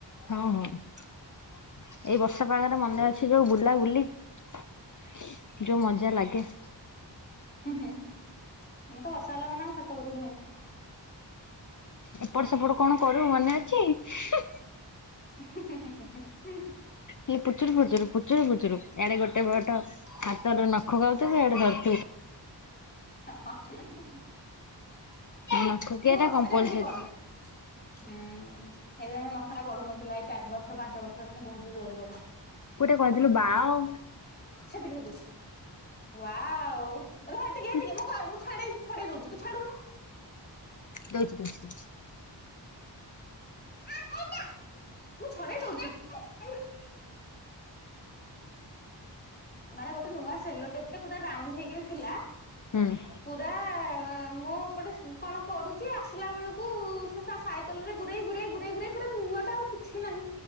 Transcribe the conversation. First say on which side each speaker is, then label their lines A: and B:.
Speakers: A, on the left; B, on the left.
A: ହଁ ହଁ ଏଇ ବର୍ଷାପାଗରେ ମନେ ଅଛି ଯୋଉ ବୁଲା ବୁଲି ଯୋଉ ମଜା ଲାଗେ।
B: ହୁଁ ହୁଁ ମୁଁ ତ ବର୍ଷା ହେଲା ମାନେ ଆମ ଛାତ ଉପରକୁ ଧାଇଁବି।
A: ଏପଟ ସେପଟ କଣ କରୁ ମନେ ଅଛି ହିଁ।
B: ହିଁ ହିଁ ହୁ ହୁ।
A: ହେଲେ ପୁଚୁରୁ ପୁଚୁରୁ ପୁଚୁରୁ ପୁଚୁରୁ ଇଆଡେ ଗୋଟେ ପଟ ହାତର ନଖ ଖାଉଥିବୁ ଇଆଡେ ଧରୁ
B: ହଁ ହଁ <unintelligible>
A: ନଖ ଖିଆ
B: ପୁଅ
A: ଟା କମ୍ପଲସରି।
B: ଏଟା ଏମିତି କର ନା ହୁଁ। ହେଲେ ମୋ ନଖଟା ବଢୁନଥିଲା ଏ ଚାରିବର୍ଷ ପାଞ୍ଚବର୍ଷ ହେଲାଣି ବୋହୁତ ଏତେ ଜୋରରେ ବଢୁଛି।
A: ପୁଅ ଟିକେ କହିଦେଲୁ ବାଓ
B: ସେତିକି ସେତିକି ୱାଓ ରହ ଏତିକି ଏତିକି
A: <unintelligible>
B: ମୁଁ ମୁଁ ଛାଡେଇ ଛଡେଇ ଦୋଉଚି ତୁ ଛାଡୁନୁ।
A: ଦୋଉଚି ଦୋଉଚି ଦୋଉଚି।
B: ଆଁ ଏଇଟା। ମୁଁ ଛଡେଇ ଦୋଉଚି ନା ଆରେ ଆରେ ନାଁ। ମାନେ ଗୋଟେ ନୂଆ ସେଲୋଟେପଟେ ପୁରା ରାଉଣ୍ଡ ହେଇକିରି ଥିଲା।
A: ହୁଁ
B: ପୁରା ଆ ମୁଁ ଏପଟେ କଣ କରୁଛି ଆସିଲା ବେଳକୁ ସେ ତା ସାଇକେଲ ରେ ଗୁରେଇ ଗୁରେଇ ଗୁରେଇ ଗୁରେଇ ପୁରା ନୂଆ ଟା ଆଉ କିଛି ନାହିଁ।